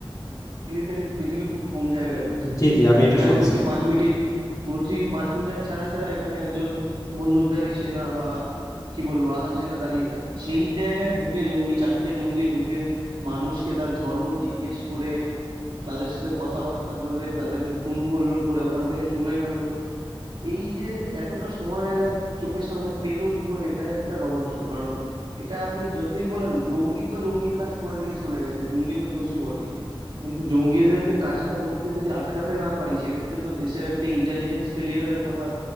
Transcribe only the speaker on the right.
মিলিটারি পৃথিবীর খুব কম জায়গায় রয়েছে
এখানে
প্রতি পাঁচ মিনিট প্রতি পাঁচ মিটার ছাড়া ছাড়া এখানে একজন বন্দুকধারী সেনা বা কি বলবো আধা সেনা দাঁড়িয়ে থাকে সেই জায়গায় ঢুকে জঙ্গি চারটে জঙ্গি ঢুকে মানুষকে তার ধর্ম জিজ্ঞেস করে তাদের সাথে কথাবার্তা বলে তাদেরকে খুন করলো করে ওখান থেকে চলে গেল এই যে এতটা সময় এরা চোখের সামনে পেলো কি করে এটা একটা রহস্য কারণ এটা আপনি যতই বলেন জঙ্গি তো জঙ্গির কাজ করে দিয়ে চলে গেছে জঙ্গি তো দোষী বটেই কিন্তু জঙ্গিদেরকে কাজটা করতে যদি আটকাতে না পারি সেক্ষেত্রে তো দেশের একটা ইন্টেলিজেন্স ফেলিওরের কথা